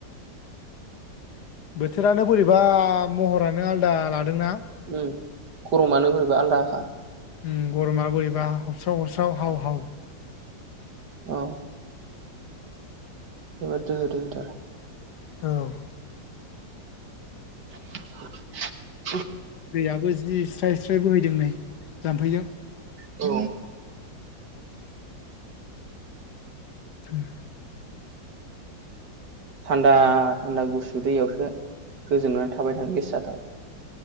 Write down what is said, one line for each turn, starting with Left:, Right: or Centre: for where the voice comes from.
Left: बोथोरानो बोरैबा महरानो आलदा लादोंना।
Right: ओम गरमानो बोरैबा आलदाखा।
Left: ओम गरमा बोरैबा हबस्राव हबस्राव हाव हाव।
Right: औ। जोबोद दोहो दोहो थार।
Left: औ।
Right: <inaudible>
Left: दैआबो जिस स्राय स्राय बहैदों नै जाम्फैजों
Right: औ।
Left: <unintelligible>
Right: थान्दा थान्दा गुसु दैयावसो गोजोमनानै थाबाय थानो गोसो जाथाव